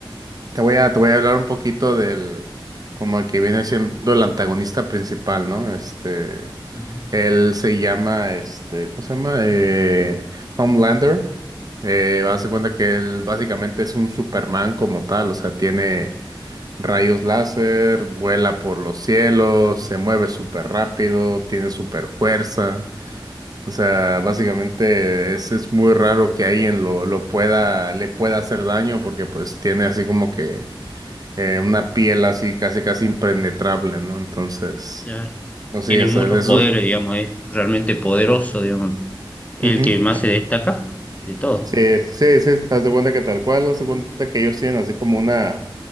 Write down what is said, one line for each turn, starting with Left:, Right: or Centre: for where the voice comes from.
Right: te voy a, te voy a hablar un poquito del, como el que viene siendo el antagonista principal, ¿no? Este,
Left: Ujú.
Right: él se llama, este, ¿cómo se llama? Eh, Homelander. Eh, haz de cuenta que él básicamente es un Superman como tal, o sea, tiene Rayos láser, vuela por los cielos, se mueve súper rápido, tiene súper fuerza. O sea, básicamente es, es muy raro que alguien lo, lo pueda, le pueda hacer daño porque pues tiene así como que eh, una piel así casi casi impenetrable, ¿no? Entonces,
Left: Claro.
Right: pues
Left: Tiene
Right: sí, o
Left: muchos
Right: sea, es,
Left: poderes,
Right: es- un-
Left: digamos, es realmente poderoso, digamos, el
Right: <laughs> ujú,
Left: que más se destaca de todo.
Right: Sí, sí, sí, haz de cuenta que tal cual, haz de cuenta que ellos tienen así como una,